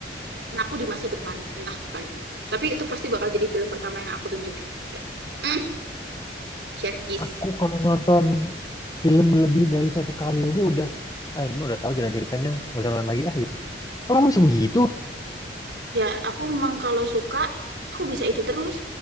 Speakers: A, on the right; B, on the left.
A: anakku di masa depan, entah kapan. Tapi itu pasti bakal jadi film pertama yang aku tunjukin. Ya. Mm, Chef Kiss.
B: aku kalau nonton film lebih dari satu kali aja udah, ah ini mah udah tahu jalan ceritanya, nggak usah nonton lagi ah gitu. Orang masih begitu.
A: Ya, aku memang kalau suka, aku bisa itu terus.